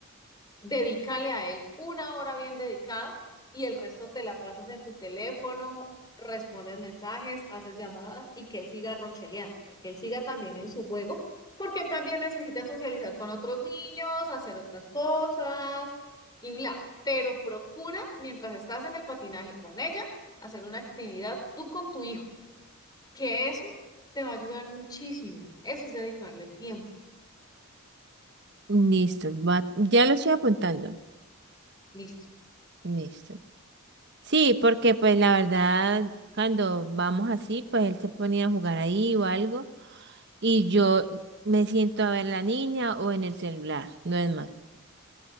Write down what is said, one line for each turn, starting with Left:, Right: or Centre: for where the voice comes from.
Left: dedícale a él una hora bien dedicada y el resto te la pasas en tu teléfono, respondes mensajes, haces llamadas y que él siga rocheleando, o sea, que él siga también en su juego, porque él también necesita socializar con otros niños, hacer otras cosas y bla. Pero procura, mientras estás en el patinaje con ella, hacer una actividad tú con tu hijo, que eso te va a ayudar muchísimo. Eso es dedicarle tiempo.
Right: listo, va- ya lo estoy apuntando,
Left: Listo.
Right: listo. Sí, porque pues la verdad, cuando vamos así, pues él se ponía a jugar ahí o algo, y yo me siento a ver la niña o en el celular, no es más.